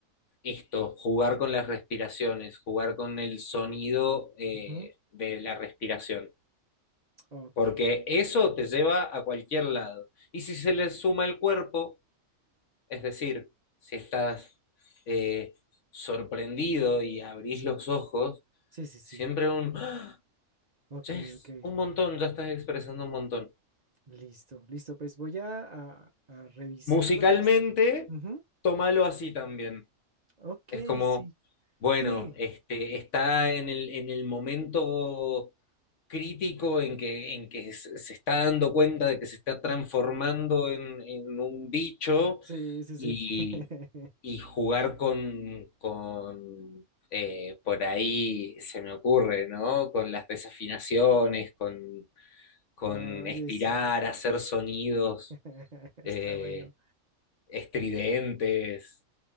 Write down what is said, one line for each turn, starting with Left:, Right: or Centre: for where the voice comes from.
Left: esto, jugar con las respiraciones, jugar con el sonido eh,
Right: ujú,
Left: de la respiración,
Right: Ok,
Left: porque eso te lleva a cualquier lado. Y si se le suma el cuerpo, es decir, si estás eh, sorprendido y abrís
Right: sí,
Left: los ojos,
Right: sí, sí, sí,
Left: Siempre un... <gasps> ¡Ah!
Right: ok,
Left: Ya es
Right: ok,
Left: un montón, ya estás expresando un montón.
Right: listo, listo, pues voy a, a- a revisar
Left: Musicalmente,
Right: lo que me... es- ujú,
Left: tómalo así también.
Right: Ok,
Left: Es como,
Right: sí,
Left: bueno,
Right: sí,
Left: este, está en el, en el momento crítico en que, en que se se está dando cuenta de que se está transformando
Right: <clears throat>
Left: en, en un bicho
Right: sí, sí,
Left: y,
Right: sí. <laughs>
Left: y jugar con, con eh, por ahí se me ocurre, ¿no? Con las desafinaciones, con con
Right: Oye,
Left: estirar,
Right: sí,
Left: hacer sonidos
Right: <laughs>
Left: eh,
Right: está bueno.
Left: estridentes.